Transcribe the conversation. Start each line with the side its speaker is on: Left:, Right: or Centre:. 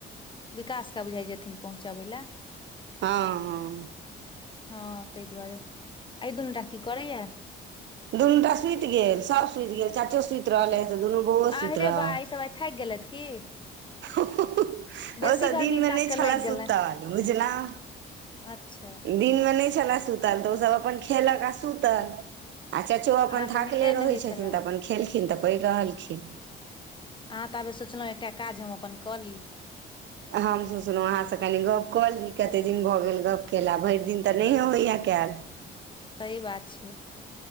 Left: विकास का बुझाइ जेथिन पहुँचाबै लए
Right: हँ हॅ
Left: हँ ताहि दुआरे एहि दुनूटा की करैया
Right: दुनू टा सुति गेल सब सुति गेल चचो सुति रहले ऽ दुनू बौआ सुति
Left: आह रे
Right: रहल
Left: बा ई सब आइ थाकि गेलथि की
Right: हा हा
Left: बेसी
Right: ओसभ
Left: गर्मी
Right: दिनमे
Left: हिनका सबके
Right: नहि
Left: लागि
Right: छलए सुतऽल
Left: गेलनि
Right: बुझलहुं
Left: अच्छा
Right: दिनमे नहि छलए सुतल तऽ ओसभ अपन खेलक आ सुतल आ चचो अपन
Left: अहाँके
Right: थाकले
Left: निन्दे नहि
Right: रहै
Left: होइ
Right: छथिन
Left: छलए
Right: तऽ अपन खेलखिन तऽ पड़ि रहलखिन
Left: आहाँ तबे सो एकटा काज हम अपन कऽ ली
Right: हम सोचलहुँ अहाँसँ कनि गप्प कऽ ली कतेक दिन भऽ गेल गप्प केला भैर दिन तऽ नहिऐ होइय कैल
Left: सही बात छै